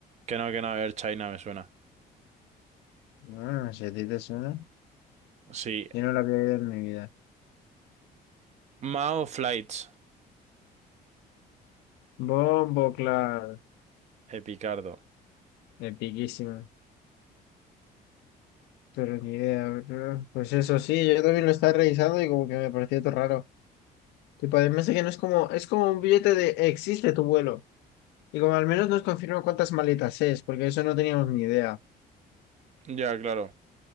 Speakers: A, on the right (about 40°); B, on the left (about 90°).
A: Que no, que no, Air China me suena.
B: Ah, si a ti te suena,
A: Sí.
B: yo no la había oído en mi vida.
A: Mao Flights.
B: Bombo, claro,
A: Epicardo.
B: epiquísimo. Pero ni idea, ¿verdad? Pues eso sí, yo también lo estaba revisando y como que me pareció todo raro. Tipo, además de que no es como, es como un billete de existe tu vuelo. Y como al menos nos confirma cuántas maletas es, porque eso no teníamos ni idea.
A: Ya, claro.